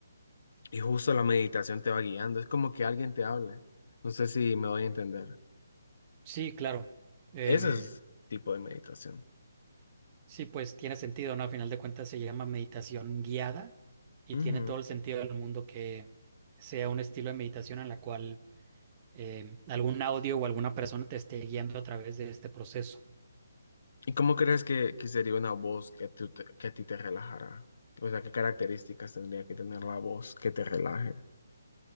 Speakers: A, on the left; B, on the right.
A: Y justo la meditación te va guiando, es como que alguien te hable. No sé si me voy a entender.
B: Sí, claro. Em,
A: Ese es tipo de meditación.
B: sí, pues tiene sentido, ¿no? A final de cuentas se llama meditación guiada y
A: Ujú.
B: tiene todo el sentido del mundo que sea un estilo de meditación en la cual em, algún audio o alguna persona te esté guiando a través de este proceso.
A: ¿Y cómo crees que, que sería una voz que, tú te- que a ti te relajara? O sea, ¿qué características tendría que tener la voz que te relaje?